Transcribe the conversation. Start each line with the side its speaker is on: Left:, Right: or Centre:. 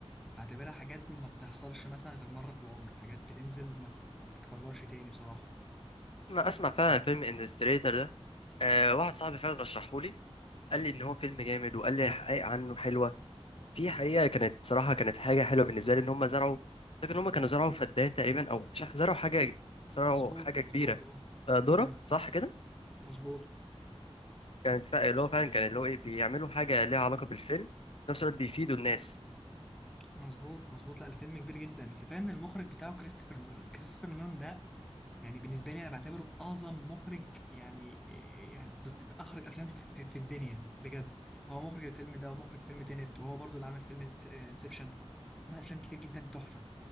Centre: بعتبرها حاجات ما بتحصلش مثلا غير مره في العمر حاجات بتنزل ما ما بتتكررش تاني بصراحه
Left: أسمع أسمع فعلا عن فيلم انستريتور ده أه واحد صاحبي فعلا رشحهولي قال لي إن هو فيلم جامد وقال لي حقائق عنه حلوة في حقيقة كانت صراحة كانت حاجة حلوة بالنسبة لي إن هم زرعوا فاكر إن هم كانوا زرعوا فدان تقريبا أو مش عارف زرعوا حاجة زرعوا
Centre: مظبوط
Left: حاجة
Centre: مظبوط
Left: كبيرة
Centre: اه
Left: آه، ذرة
Centre: مم.
Left: صح كده
Centre: مظبوط
Left: كانت فا- اللي هو فعلا كان اللي هو إيه بيعملوا حاجة ليها علاقة بالفيلم في نفس الوقت بيفيدوا الناس
Centre: مظبوط مظبوط لا الفيلم كبير جدا كفايه ان المخرج بتاعه كريستوفر نولان كريستوفر نولان ده يعني بالنسبه لي انا بعتبره اعظم مخرج يعني يعني بس اخرج افلام في, في الدنيا بجد هو مخرج الفيلم ده ومخرج فيلم تينت وهو برضو اللي عامل فيلم انسبشن عمل افلام كتير جدا تحفه